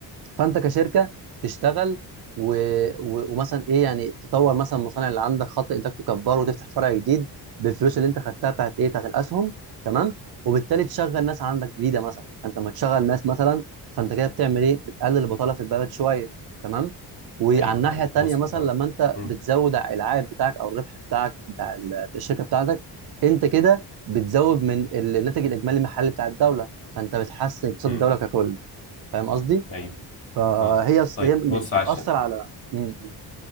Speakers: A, on the right; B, on the left.
A: فانت كشركه تشتغل و... و... ومثلا ايه يعني تطور مثلا المصانع اللي عندك خط انتاج تكبره وتفتح فرع جديد بالفلوس اللي انت خدتها بتاعت ايه بتاعت الاسهم تمام وبالتالي تشغل ناس عندك جديده مثلا فانت لما تشغل ناس مثلا فانت كده بتعمل ايه بتقلل البطاله في البلد شويه تمام وعلى
B: ايوه
A: الناحيه
B: ايوه
A: التانيه
B: وصلت
A: مثلا
B: اه
A: لما انت
B: مم.
A: بتزود العائد بتاعك او الربح بتاعك بتاع ال- الشركه بتاعتك انت كده بتزود من الناتج الاجمالي المحلي بتاع الدوله فانت بتحسن اقتصاد
B: مم.
A: الدوله ككل فاهم قصدي
B: ايوه
A: فهي
B: اه طيب
A: هي م-
B: بص عشان
A: بتأثر على م- م-